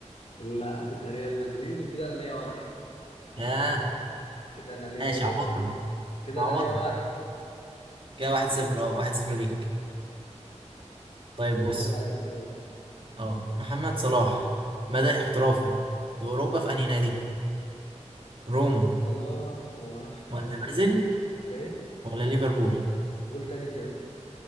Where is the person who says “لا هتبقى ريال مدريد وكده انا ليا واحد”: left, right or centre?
Left